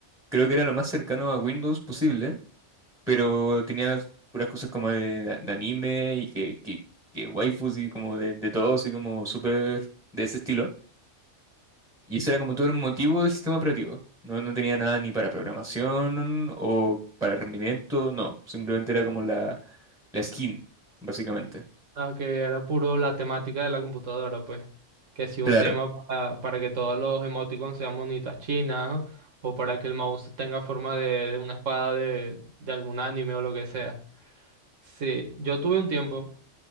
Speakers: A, in the centre; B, on the right.
A: creo que era lo más cercano a Windows posible, pero tenía puras cosas como de, de anime y que, que, que waifus y como de, de todo, así como súper de ese estilo. Y eso era como todo el motivo del sistema operativo. No, no tenía nada ni para programación o para rendimiento, no. Simplemente era como la, la skin, básicamente.
B: Ah, que era puro la temática de la computadora, pues. Que si
A: Claro,
B: un tema para, para que todos los emoticons sean monitas chinas, ¿no? o para que el mouse tenga forma de, de una espada de, de algún anime o lo que sea. Sí, yo tuve un tiempo